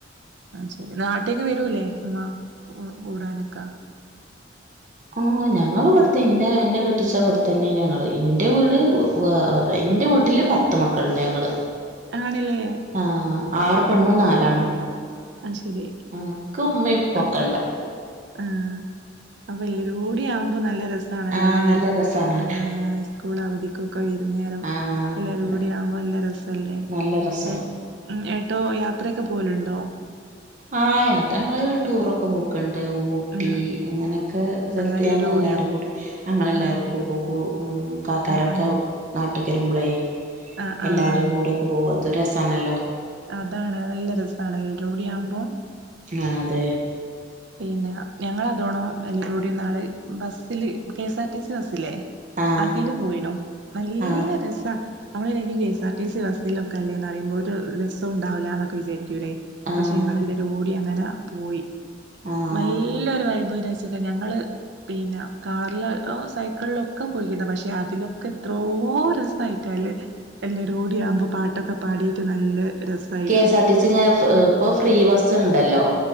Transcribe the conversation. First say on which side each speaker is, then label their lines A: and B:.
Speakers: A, on the right; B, on the right.
A: ആ ശരി നാട്ടേക്ക് വരൂല്ലേ ഉമ്മ കൂടാനൊക്കെ
B: ആ ഞങ്ങള് ഇവിടുത്തെ ഇന്ന എന്നെ കെട്ടിച്ച അവിടെ തന്നെ ഞങ്ങള് ഇന്റെ വീട് <unintelligible> എന്റെ വീട്ടില് പത്ത് മക്കളുണ്ട് ഞങ്ങള്
A: ആണല്ലേ
B: ആ ആറ് പെണ്ണും നാലാണും
A: അത് ശരി
B: ആ ക്മിപ്പൊക്കെണ്ട്
A: ആ ആ അപ്പൊ എല്ല രൂടി ആവുമ്പോ നല്ല ര സആണല്ലോല്ലെ
B: ആഹ് നല്ല രസാണ്
A: ആ സ്കൂൾ അവധിക്ക് വൈരുന്നേരം
B: ആഹ്
A: എല്ലരുംകൂടി ആകുമ്പോ നല്ല രസം ല്ലേ
B: നല്ല രസാ
A: എ ഏട്ടോ യാത്രൊക്കെ പോകലുണ്ടോ
B: ആ യാത്ര ഞങ്ങള് ടൂറൊക്കെ പോക്കണ്ട് ഊട്ടി
A: ആ
B: അങ്ങനെയൊക്കെ സ്ഥലത്ത്
A: ആ എല്ലാരും
B: ഞങ്ങളൾെല്ലാവരും
A: കൂടിയോ
B: കൂടി ഞങ്ങളെല്ലാവരും
A: ആ
B: കൂടി പോക്കും ഉം കക്കാരൊക്കെ
A: ആ ആ
B: നട്ട തിരുമ്പളേ
A: ആഹ് ആഹ്
B: എല്ലാരും
A: ആഹ്
B: കൂടെൊക്കെ പോക അത് രസാണല്ലോ
A: അതാണ് നല്ല രസമാണ് എല്ലരും കൂടി ആവുമ്പോ
B: ആ അതെ
A: പിന്നെ ഞങ്ങ അതോണോ എല്ലൂരി കൂടെ നാള് ബസ്സില് കെഎസ് ആർ ടി സി ബസ്സില്ലേ
B: ആഹ്
A: അതില് പോയിണോ നല്ല
B: ആഹ്
A: രസ നമ്മളനരിക്കും K S R T C ബസിലൊക്കല്ലേ എന്ന് പറുമ്പോൾ ഒരു രസം ഉണ്ടാവില്ല എന്നൊക്കെ വിചാരിക്കു ല്ലേ
B: ആഹ്
A: പക്ഷെ ഞങ്ങളെല്ലരും ഓടി അങ്ങനെ പോയി
B: ആഹ്
A: നല്ലൊരു വൈ ബ്‌ <unintelligible> ഞങ്ങള് പിന്നെ കാറില് ഓ സൈക്കിളിലൊക്കെ പോയിക്കണ്ട പക്ഷെ അതിലൊക്കെ എത്രോ ഓ രസമായിട്ടാണ് ല്ലെ എല്ലാരും കൂടെയാകുമ്പോ പാട്ടൊക്കെ പാടിട്ട് നല്ല രസായിനു
B: കെഎസ്ആർ ടി സി <unintelligible> ഇപ്പൊ ഫ്രീ ബസ്സ് ഉണ്ടല്ലോ